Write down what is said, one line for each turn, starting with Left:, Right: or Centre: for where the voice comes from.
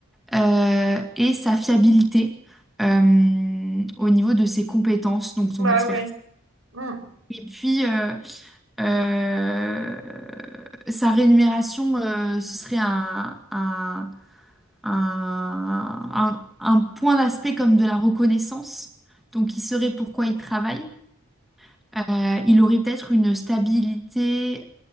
Centre: euh, et sa fiabilité euh, au niveau de ses compétences, donc son
Right: Bah
Centre: expertise.
Right: ouais. Mm.
Centre: Et puis, euh, euh, sa rémunération, euh, ce serait un, un, un, un- un point d'aspect comme de la reconnaissance. Donc, il saurait pourquoi il travaille. Euh, il aurait peut-être une stabilité